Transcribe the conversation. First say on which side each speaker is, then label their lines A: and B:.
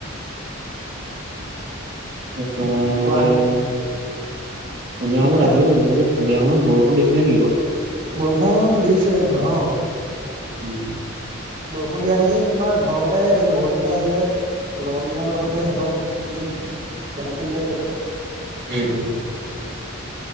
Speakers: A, on the right; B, on the right.
A: কি কয়
B: কোৱা
A: এতিয়া সন্ধিয়া
B: কি
A: সময়ত
B: ক'লা
A: আহিব দেই, সন্ধিয়া সময়ত বৰষুণ দিছিলে নি বাৰু?
B: বৰষুণ দিছিলে তোমাৰ অ'।
A: উম
B: বৰষুণ দিয়া দেখি তোমাৰ ঘৰতে লগৰকেইটা আহিলে লগৰকেইটাৰ লগতে অলপ এনে খেল খেলি আছিলোঁ।
A: উম উম